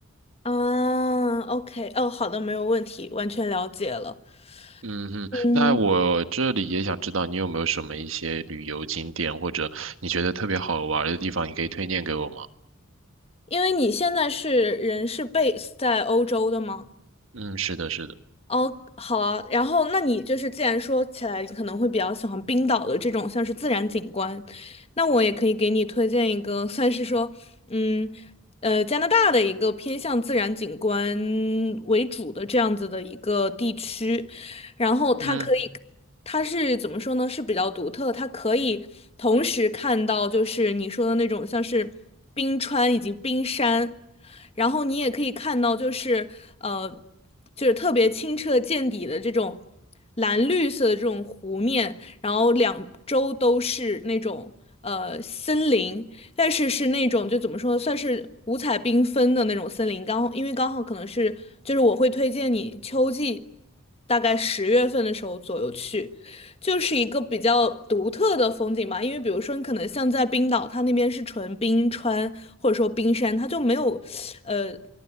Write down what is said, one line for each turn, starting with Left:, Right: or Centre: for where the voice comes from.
Left: 啊，OK，哦，好的，没有问题，完全了解了。
Right: 嗯哼，
Left: 嗯，
Right: 那我这里也想知道你有没有什么一些旅游景点或者你觉得特别好玩儿的地方，你可以推荐给我吗？
Left: 因为你现在是人是 base 在欧洲的吗？
Right: 嗯，是的，是的，
Left: 哦，好啊。然后，那你就是既然说起来，你可能会比较喜欢冰岛的这种像是自然景观，那我也可以给你推荐一个，算是说，嗯，呃，加拿大的一个偏向自然景观为主的这样子的一个地区，然后它可以。
Right: 嗯
Left: 它是怎么说呢？是比较独特，它可以同时看到就是你说的那种像是冰川以及冰山。然后你也可以看到，就是呃，就是特别清澈见底的这种蓝绿色的这种湖面，然后两周都是那种呃森林，但是是那种就怎么说，算是五彩缤纷的那种森林。刚好因为刚好可能是就是我会推荐你秋季，大概十月份的时候左右去。就是一个比较独特的风景吧，因为比如说你可能像在冰岛，它那边是纯冰川或者说冰山，它就没有，呃，